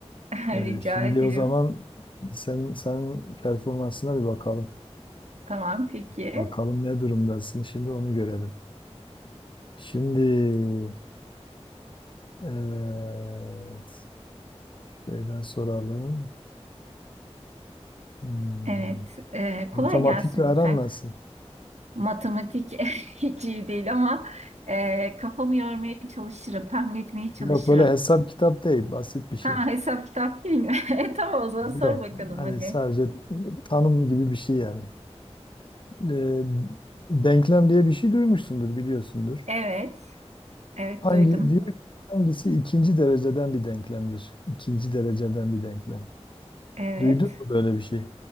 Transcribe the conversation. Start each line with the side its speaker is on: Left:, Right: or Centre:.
Right: <laughs>
Left: Ee,
Right: rica
Left: şimdi
Right: ederim.
Left: o zaman sen sen performansına bir bakalım.
Right: Tamam, peki.
Left: Bakalım ne durumdasın. Şimdi onu görelim. Şimdi evet şeyden soralım. Hmm,
Right: Evet, ee, kolay
Left: Matematikle
Right: gelsin lütfen.
Left: aran nasıl?
Right: Matematik <laughs> hiç iyi değil ama ee, kafamı yormaya çalışırım, tahmin etmeye çalışırım.
Left: Yok böyle hesap kitap değil. Basit bir şey.
Right: Ha hesap kitap değil mi? <laughs> E, tamam o zaman sor
Left: Yok.
Right: bakalım
Left: Hani
Right: hadi.
Left: sadece tanım gibi bir şey yani. Ee, denklem diye bir şey duymuşsundur, biliyorsundur.
Right: Evet. Evet
Left: Hangi
Right: duydum.
Left: diyor ki, hangisi ikinci dereceden bir denklemdir? İkinci dereceden bir denklem.
Right: Evet.
Left: Duydun mu böyle bir şey?